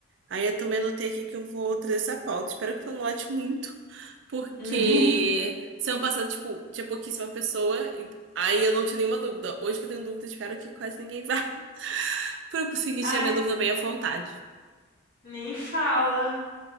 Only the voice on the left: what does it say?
<laughs>
Ai,
nem fala.